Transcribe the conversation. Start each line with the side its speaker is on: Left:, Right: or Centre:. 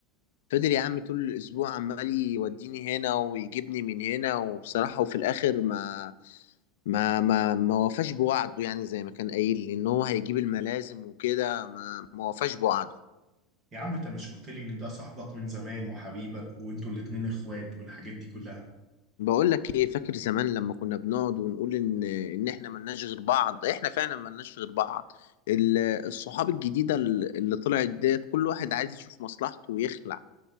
Left: فضل يا عم طول الاسبوع عمال يوديني هنا ويجيبني من هنا وبصراحة وفي الاخر ما ما ما ما وفاش بوعده يعني زي ما كان قايل لي ان هو هيجيب الملازم وكده ما ما وفاش بوعده
Right: يا عم انت مش قلت لي ان ده صاحبك من زمان وحبيبك وانتوا الاتنين اخوات والحاجات دي كلها
Left: بقول لك ايه فاكر زمان لما كنا بنقعد ونقول ان ان احنا ملناش غير بعض احنا فعلا ملناش غير بعض ال- الصحاب الجديدة اللي اللي طلعت ديت كل واحد عايز يشوف مصلحته ويخلع